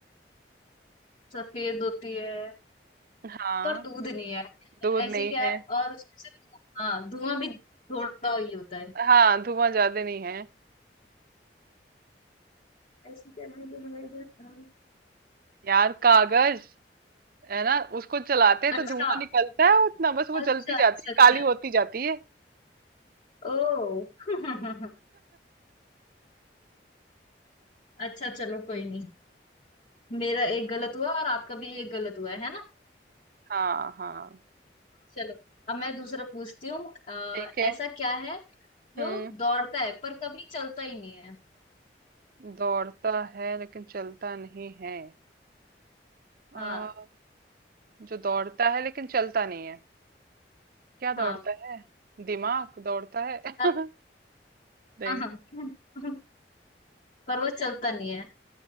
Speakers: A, on the left; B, on the right.
A: सफेद होती है
B: हाँ
A: पर दूध नहीं है और
B: दूध नहीं
A: ऐसी क्या
B: है
A: है और उसमें से हाँ धुआं भी थोड़ा ही होता है
B: हाँ धुआं ज्यादा नहीं है
A: ऐसी क्या है जो हमें-
B: यार कागज है ना उसको जलाते हैं
A: अच्छा
B: तो धुआं निकलता है उतना बस वो
A: अच्छा
B: जलती जाती
A: अच्छा
B: है
A: अच्छा
B: काली होती जाती है
A: ओ <laughs> अच्छा चलो कोई नहीं मेरा एक गलत हुआ और आपका भी एक गलत हुआ है है ना
B: हाँ हाँ
A: चलो अब मैं दूसरा पूछती हूँ अ,
B: ठीक है
A: ऐसा क्या है जो
B: हुँ,
A: दौड़ता है पर कभी चलता ही नहीं है
B: दौड़ता है लेकिन चलता नहीं है। अ,
A: हाँ
B: जो दौड़ता है लेकिन चलता नहीं है, क्या दौड़ता
A: हाँ
B: है? दिमाग दौड़ता है? <laughs>
A: हाँ
B: नहीं।
A: हाँ। पर वो चलता नहीं है